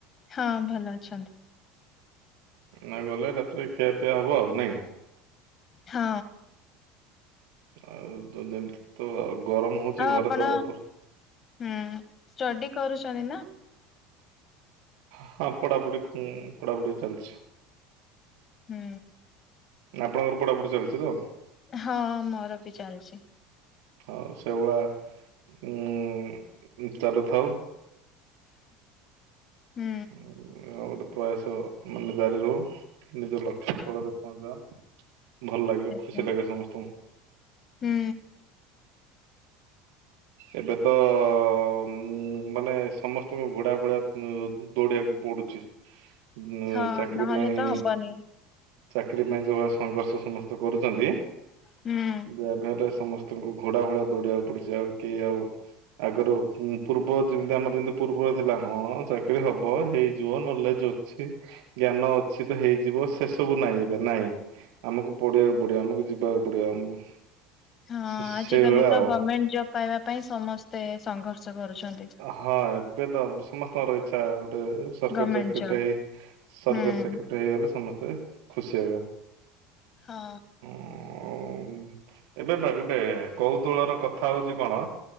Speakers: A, on the left (about 40°); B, on the right (about 70°).
A: ହଁ ଭଲ ଅଛନ୍ତି।
B: ନା ଗଲେ ରାତିରେ ଖିଆପିଆ ହବ ଆଉ ନାଇଁ?
A: ହଁ।
B: ଆଉ ତ ଯେମତି ତ ଗରମ ହଉଛି
A: ଆଉ
B: ଘରେ
A: ଆପଣ
B: ତ ପଶ୍
A: ହୁଁ। ଷ୍ଟଡି କରୁଛନ୍ତି ନା?
B: ହଁ ପଢାପଢି, କୁଁ ପଢାପଢି ଚାଲିଛି।
A: ହୁଁ।
B: ଆପଣଙ୍କର ପଢାପଢି ଚାଲଚି ତ?
A: ହଁ ମୋର ବି ଚାଲଚି।
B: ହଉ ସେଗୁଳା ଉମ୍ ଚାଲୁଥାଉ
A: ହୁଁ।
B: ଆଉ ଗୋଟେ ପ୍ରୟାସ ମାନେ ଜାରି ରହୁ, ନିଜ ଲକ୍ଷ୍ୟ ସ୍ଥଳରେ ପହଞ୍ଚିଯାଅ ଭଲ ଲାଗିବ,
A: ଆଜ୍ଞା
B: ଖୁସି ଲାଗିବ ସମସ୍ତଙ୍କୁ।
A: ହୁଁ
B: ଏବେ ତ ଉମ୍ ମାନେ ସମସ୍ତ ସ୍ତଙ୍କୁ ଘୋଡା ଭଳିଆ ଉମ୍ ଦୌଡିବାକୁ ପଡୁଛି। ଉମ୍
A: ହଁ
B: ଚାକିରୀ
A: ନହେଲେ
B: ପାଇଁ
A: ତ ହବନି।
B: ଚାକିରୀ ପାଇଁ ଯୋଉ ଭଳିଆ ସଂଘର୍ଷ ସମସ୍ତେ କରୁଚନ୍ତି,
A: ହୁଁ।
B: ଯାହାବି ହେଲେ ସମସ୍ତ ସ୍ତଙ୍କୁ ଘୋଡା ଭଳିଆ ଦୌଡିବାକୁ ପଡୁଛି ଆଉ କେହି ଆଉ ଆଗରୁ ପୂର୍ବ ଯେମତି ଆମର ଯେମିତି ପୂର୍ବରେ ଥିଲା ହଁ ଚାକିରୀ ହବ, ହେଇଯିବ, ନଲେଜ ଅଛି ଜ୍ଞାନ ଅଛିି ତ ହେଇଯିବ, ସେ ସବୁ ନାହିଁ ଏବେ ନାଇଁ। ଆମକୁ ପଢ଼ିବାକୁ ପଡିବ, ଆମକୁ ଯିବାକୁ ପଡିବ ଆମକୁ।
A: ହଁ
B: ସେ-
A: ଆଜିକାଲି
B: ସେଇଭଳିଆ
A: ତ
B: ଆଉ
A: ଗମେଣ୍ଟ ଜବ୍ ପାଇବା ପାଇଁ ସମସ୍ତେ ସଂଘର୍ଷ କରୁଛନ୍ତି।
B: ହଁ ଏବେ ତ ସମସ୍ତଙ୍କର ଇଚ୍ଛା ଗୋଟେ ସରକାରୀ
A: ଗଭର୍ଣମେଣ୍ଟ
B: ଚାକିରୀ
A: ଜବ୍
B: ଟାଇ ସରକାରୀ
A: ହୁଁ।
B: ଚାକିରୀ ଟାଇ ହେଇଗଲେ, ସମସ୍ତେ ଖୁସି ହେବେ।
A: ହଁ।
B: ଉଁ, ଏବେ ବା ଗୋଟେ କୌତୁହଳର କଥା ହଉଛି କଣ